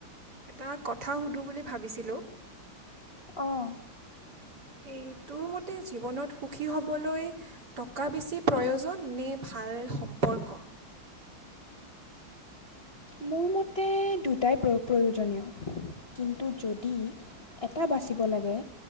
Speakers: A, on the right (about 50°); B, on the left (about 35°).
A: এটা কথা সুধো বুলি ভাবিছিলোঁ।
B: অ'।
A: সেই, তোৰ মতে জীৱনত সুখী হ'বলৈ টকা বেছি প্ৰয়োজন নে ভাল সম্পৰ্ক
B: মোৰ মতে দুটাই প্ৰ-প্ৰয়োজনীয় কিন্তু যদি এটা বাচিব লাগে,